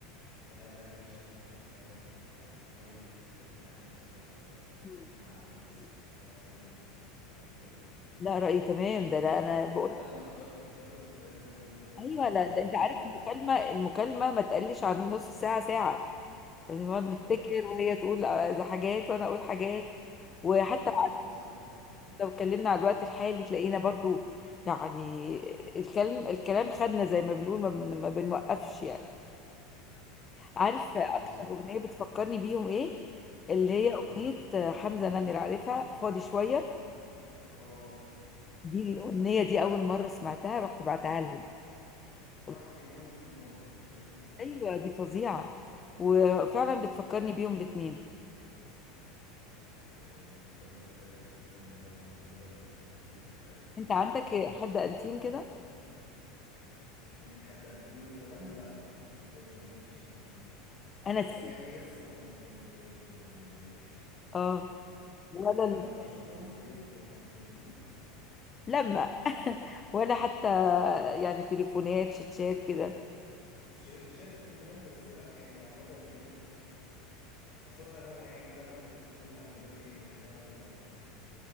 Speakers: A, on the left; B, on the left.
A: ده هيرجع شغفك للحياة وهتحاولي تفكي عن نفسك اكتر
B: مم.
A: مع الناس
B: دي حقيقة.
A: بتاعت زمان دي ولا انتي رايك ايه؟
B: لا رأيي تمام ده لا انا بقول
A: حتى لما بتقعدوا تفتكروا ذكريات زمان دي بحس
B: ايوه
A: ان دي
B: لا
A: طاقة
B: ده انت
A: ايجابية
B: عارف المكالمه المكالمه ما تقلش عن نص ساعه ساعه يعني نقعد
A: ده
B: نفتكر وهي تقول آه، حاجات وانا اقول حاجات وحتى
A: ده كله بسبب حناننا بقى
B: لو اتكلمنا على الوقت الحالي تلاقينا برضو يعني الكلام الكلام خدنا زي ما بنقول ما, بن... ما بنوقفش يعني عارف
A: ده كله
B: اكتر
A: بسبب
B: اغنيه
A: الحنين
B: بتفكرني بيهم ايه اللي
A: ايه؟
B: هي اغنيه حمزه نمر عارفها فاضي شويه
A: اه
B: دي الاغنيه دي اول مره سمعتها رحت بعتها لهم
A: الواحد
B: قلت
A: بيحن للماضي كده كده فعلا
B: ايوه دي فظيعه وفعلا بتفكرني بيهم الاتنين
A: إيه، ربنا كده يخليكم لبعض وتفضل بك- بينكم ذكريات حلوة
B: انت عندك
A: كتير كده
B: حد انتيم كده
A: عندي حد انتيم من زمان لا من بتوع زمان مفيش اناتيم
B: انا
A: بس
B: تيم.
A: يعني لسه مكانتهم بجد موجودة يعني
B: اه ولا
A: لما
B: ال-
A: بشوفهم بيبقوا انتيم
B: لما <laughs> ولا حتى يعني تليفونات شيتشات كده
A: <laughs> شا- شاتوا تليفونات بس لا يعني على المدى البعيد بقى خاصة أنا يعني أنا الوحيد فيهم اللي على المدى البعيد لأن أنا اللي بعدت يعني